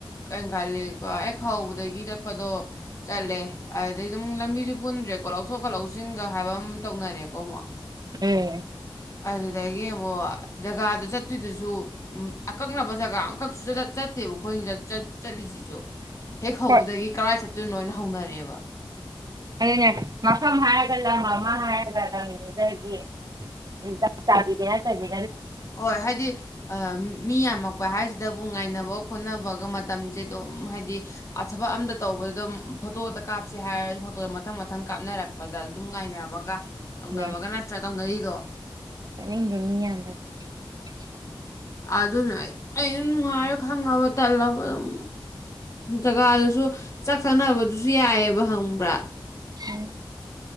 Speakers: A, on the left; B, on the right.
A: ꯀꯩ ꯈꯜꯂꯀꯣ ꯍꯦꯛ ꯍꯧꯕꯗꯒꯤ ꯆꯠꯄ ꯄꯗꯣ ꯆꯠꯂꯦ ꯑ ꯑꯗꯩ ꯑꯗꯨꯝ ꯂꯝꯕꯤꯁꯨ ꯄꯨꯟꯗ꯭ꯔꯦꯀꯣ ꯂꯧꯊꯣꯛꯀ ꯂꯧꯁꯤꯟꯒ ꯍꯥꯏꯕ ꯑꯃ ꯇꯧꯅꯔꯦꯀꯣ ꯑꯃꯨꯛ
B: ꯍꯦ
A: ꯑꯗꯨꯗꯒꯤ ꯑꯃꯨꯛ ꯖꯒꯥꯗꯨ ꯆꯠ ꯑꯗꯨꯗꯨꯁꯨ ꯑꯀꯛꯅꯕ ꯖꯒꯥ ꯑꯃꯈꯛ ꯁꯨꯛꯆꯠ ꯆꯠꯇꯦꯕ ꯑꯩꯈꯣꯏꯅ ꯆꯠꯂꯤꯁꯤ ꯍꯦꯛ ꯍꯧꯕꯗꯒꯤ
B: ꯍꯣꯏ
A: ꯀꯔꯥꯏ ꯆꯠ ꯇꯨꯟ ꯑꯣꯏꯅ ꯍꯧꯅꯔꯦꯕ
B: ꯑꯗꯨꯅꯦ ꯃꯐꯝ ꯍꯥꯏꯔꯒ ꯂꯝ ꯑꯃ ꯍꯥꯏꯔꯒ ꯂꯝꯗꯨꯗꯒꯤ ꯆꯞ ꯆꯥꯕꯤꯗꯣ ꯅꯠꯇꯕꯤ
A: ꯍꯣꯏ ꯍꯥꯏꯗꯤ ꯃꯤ ꯌꯥꯝꯃꯛꯄ ꯍꯥꯏꯁꯤꯗꯕꯨ ꯉꯥꯏꯅꯕꯒ ꯈꯣꯠꯅꯕ ꯕꯒ ꯃꯇꯝꯁꯦ ꯑꯗꯨꯝ ꯍꯥꯏꯗꯤ ꯑꯊꯕꯛ ꯑꯝꯇ ꯇꯧꯕꯗ ꯐꯣꯇꯣꯗ ꯀꯥꯞꯁꯦ ꯍꯥꯏꯔꯒ ꯐꯣꯇꯣꯗꯣ ꯃꯊꯪ ꯃꯊꯪ ꯀꯥꯞꯅꯔꯛꯄꯗ ꯑꯗꯨꯝ ꯉꯥꯏꯅꯕꯒ ꯇꯧꯅꯕꯒ
B: ꯆꯠꯅꯤꯡꯕ
A: ꯅꯠꯇ꯭ꯔꯥ ꯇꯧꯅꯔꯤ ꯗꯣ
B: <inaudible>
A: ꯑꯗꯨꯅ ꯑꯩꯅ ꯅꯨꯡꯉꯥꯏꯔ ꯈꯪꯉꯕ ꯇꯜꯂꯕ ꯑꯗꯨꯝ ꯖꯒꯥꯗꯨꯁꯨ ꯆꯥꯛ ꯆꯥꯅꯕꯗꯨꯁꯨ ꯌꯥꯏꯑꯕ ꯈꯪꯕ꯭ꯔꯥ
B: ꯎꯝ